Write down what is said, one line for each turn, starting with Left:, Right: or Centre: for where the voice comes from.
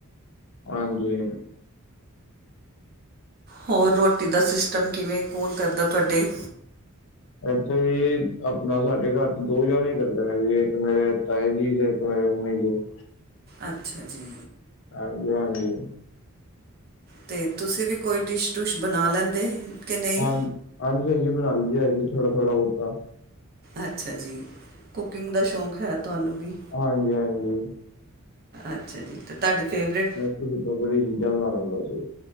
Left: ਹਾਂਜੀ,
Right: ਹੋਰ ਰੋਟੀ ਦਾ ਸਿਸਟਮ ਕਿਵੇਂ ਕੌਨ ਕਰਦਾ ਤੁਆਡੇ
Left: ਏਥੇ ਜੀ ਆਪਨਾ ਸਾਡੇ ਘਰ ਚ ਦੋ ਜਨੇ ਈ ਕਰਦੇ ਨੇ ਜੀ ਇੱਕ ਮੇਰੇ ਤਾਏ ਜੀ ਦੇ <inaudible>
Right: ਅੱਛਾ ਜੀ।
Left: ਹਾਂਜੀ-ਹਾਂਜੀ,
Right: ਤੇ ਤੁਸੀਂ ਵੀ ਕੋਈ ਡਿਸ਼ ਡੁਸ਼ ਬਨਾ ਲੈਂਦੇ। ਕਿ ਨਹੀਂ
Left: ਹਾਂਜੀ-ਹਾਂਜੀ-ਹਾਂਜੀ ਬਨਾ ਲਈਦੀ ਜੀ ਥੋੜਾ-ਥੋੜ੍ਹਾ ਬੋਤਾ
Right: ਅੱਛਾ ਜੀ ਕੁਕਿੰਗ ਦਾ ਸ਼ੌਂਕ ਹੈ ਤੁਹਾਨੂੰ ਵੀ।
Left: ਹਾਂਜੀ-ਹਾਂਜੀ।
Right: ਅੱਛਾ ਜੀ, ਤੇ ਤਾਡੀ ਫੇਵਰੇਟ
Left: ਕੜੀ ਚਾਵਲ ਏ ਚੀਜ਼ਾਂ ਬਨਾ ਲੈਂਦਾ ਸੀ।